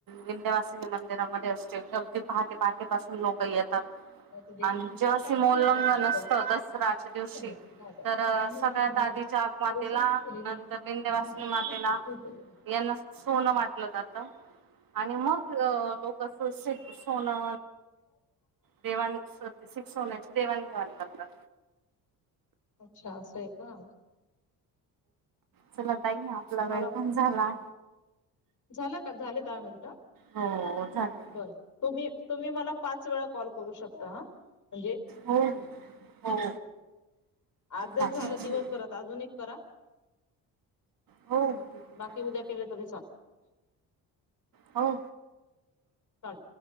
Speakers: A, on the right; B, on the left.
A: विंध्यवासिनी मंदिरामध्ये असते अगदी पहाटे पहाटेपासून लोक येतात.
B: मग ते डेझिग्नेशन
A: आणि जेव्हा सीमोल्लंघन
B: झालं ते फॉरेनर
A: असत दसरा्याच्या दिवशी.
B: च झालं.
A: तर
B: त्यांनी
A: सगळ्यात
B: काय
A: आधी जागमातेला
B: प्रोसेस केली नाही
A: नंतर
B: तर
A: विंध्यवासनी
B: त्यांना जास्त
A: मातेला.
B: जास्त सूट आहे.
A: यांना सोनं वाटलं जात आणि मग लोक. सोना देवाणु स सोन्याची देवाणघेवाण करतात.
B: अच्छा असं आहे का?
A: चला तई ना आपला
B: मला
A: वेळकम झाला.
B: झाला का झाले दहा मिनिटं.
A: हो चालेल
B: बर तुम्ही तुम्ही मला पाच वेळा कॉल करू शकता हा म्हणजे
A: हो हो
B: आज जर
A: चालेल
B: झालं
A: ठीक
B: दिवसभरात
A: आहे
B: अजून एक करा
A: हो हो ठीक आहे
B: बाकी
A: चालेल
B: उद्या के तम ल
A: हो
B: चालेल